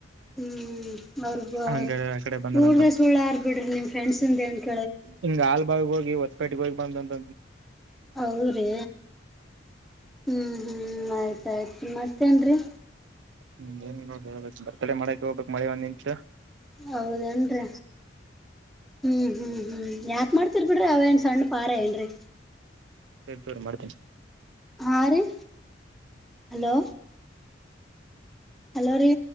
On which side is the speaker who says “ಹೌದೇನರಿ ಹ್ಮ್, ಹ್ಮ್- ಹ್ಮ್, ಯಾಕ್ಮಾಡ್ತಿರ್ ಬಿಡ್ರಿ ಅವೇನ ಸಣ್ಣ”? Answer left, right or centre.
Centre